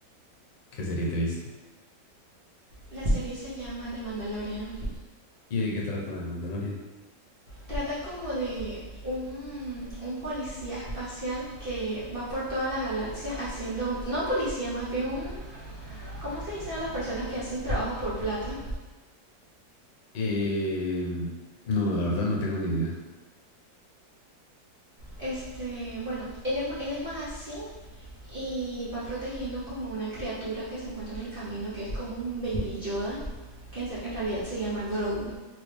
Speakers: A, on the left (about 80°); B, on the right (about 45°).
A: ¿Qué serie te viste?
B: La serie se llama The Mandalorian.
A: ¿Y de qué trata de Mandalorian?
B: Trata como de un, un policía espacial que va por toda la galaxia haciendo, no policía, más bien un, ¿cómo se dicen a las personas que hacen trabajo por plata?
A: Eh, no, la verdad no tengo ni idea.
B: Este, bueno, él es, él es más así, y va protegiendo como una criatura que se encuentra en el camino, que es como un baby Yoda, que en, realidad se llama Grogu.